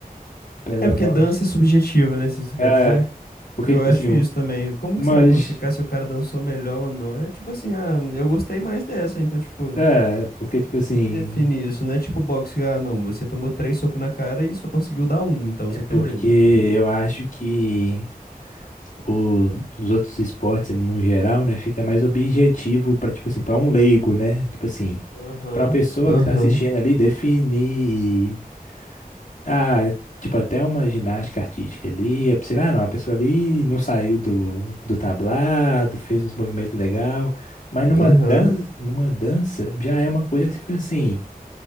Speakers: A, on the left (about 60°); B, on the left (about 85°).
A: pela
B: É porque
A: lógica.
B: dança é subjetiva, né? Se isso quer
A: É,
B: dizer.
A: porque,
B: Eu
A: tipo
B: acho
A: assim, um-
B: isso também. Como
A: umas.
B: que você vai classificar se o cara dançou melhor ou não? É tipo assim, ah, eu gostei mais dessa, então, tipo,
A: É, porque, tipo
B: o
A: assim.
B: que que define isso? Não é tipo boxe, ah, não, você tomou três socos na cara e só conseguiu dar um, então
A: É
B: você perdeu.
A: porque
B: Tipo.
A: eu acho que o, dos outros esportes, ali, no geral, né, fica mais objetivo pra, tipo assim, pra um leigo, né? Tipo assim,
B: Aham,
A: pra uma pessoa
B: aham,
A: que tá assistindo ali definir. Ah, tipo, até uma ginástica artística ali, é possível, ah, não, a pessoa ali não saiu do, do tablado, fez uns movimentos legal, mas numa
B: aham.
A: dança, numa dança já é uma coisa que você fica assim,